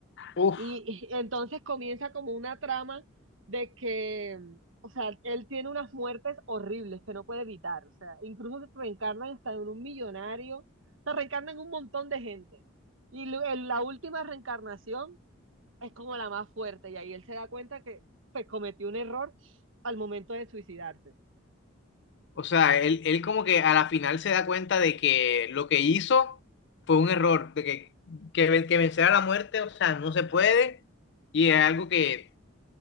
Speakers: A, on the left; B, on the right.
A: Ujú.
B: Y, y entonces comienza como una trama de que, mm, o sea, él tiene unas muertes horribles que no puede evitar. O sea, incluso se reencarnan hasta en un millonario, se reencarnan en un montón de gente. Y lu- en la última reencarnación es como la más fuerte. Y ahí él se da cuenta que pues cometió un error al momento de suicidarse.
A: O sea, él, él como que a la final se da cuenta de que lo que hizo fue un error, de que, que, ven- que vencer a la muerte, o sea, no se puede, y es algo que,